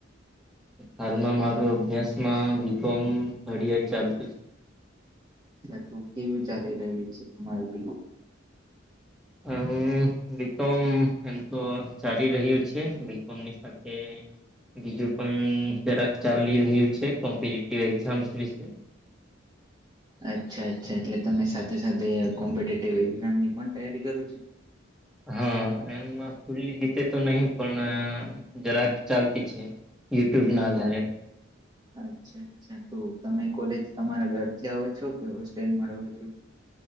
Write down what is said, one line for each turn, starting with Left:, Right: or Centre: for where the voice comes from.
Centre: હાલમાં માર અભ્યાસમાં બી કોમ ઘડ ચાલતુ છે.
Right: અ તો કેવું ચાલી રહ્યું છે. તમારે બ <inaudible>
Centre: અમ બીકોમ એમ તો ચાલી રહ્યું છે. બીકોમની સાથે. બીજું પણ જરાક ચાલી રહ્યું છે. કોમ્પિટિવ એક્ઝામ્સ વિશે.
Right: અચ્છા અચ્છા. એટલે તમે સાથે સાથે કોમ્પિટેટિવ એક્ઝામ ની પણ તૈયારી કરો છો? <inaudible>
Centre: હા એમ ફુલ્લી જીતે તો નહી. પણ જરાક ચાલતી છે. યુટ્યુબ
Right: અચ્છા
Centre: ના આધારે.
Right: અચ્છા અચ્છા! તો તમે કોલેજ તમારા ઘરથી આવો છો? કે હોસ્ટેલ માં રહો છો?